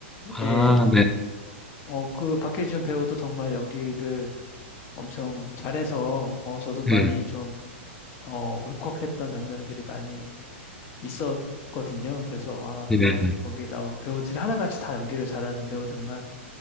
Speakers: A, in the centre; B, on the left.
A: 아,
B: 예.
A: 네,
B: 어, 그 박해준 배우도 정말 연기를 엄청 잘해서, 어, 저도
A: 네,
B: 많이 좀, 어, 울컥했던 장면들이 많이 있었거든요. 그래서, 아,
A: 네,
B: 정말
A: 네,
B: 거기 나온 배우들이 하나같이 다 연기를 잘하는 배우들만